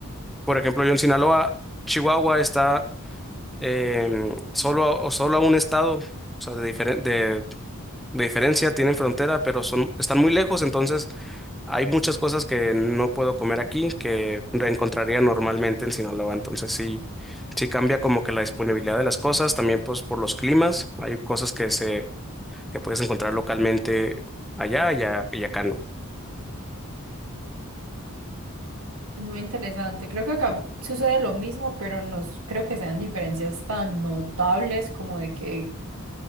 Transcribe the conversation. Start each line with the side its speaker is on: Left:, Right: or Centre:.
Centre: Por ejemplo, yo en Sinaloa, Chihuahua está em, solo, a- o solo a un estado, o sea, de, diferen- de, de diferencia, tienen frontera, pero son, están muy lejos, entonces hay muchas cosas que no puedo comer aquí que encontraría normalmente en Sinaloa, entonces sí, sí cambia como que la disponibilidad de las cosas, también pues por los climas, hay cosas que se, que puedes encontrar localmente allá y, a- y acá no.
Right: Es muy interesante. Creo que acá sucede lo mismo, pero no s- creo que sean diferencias tan notables como de que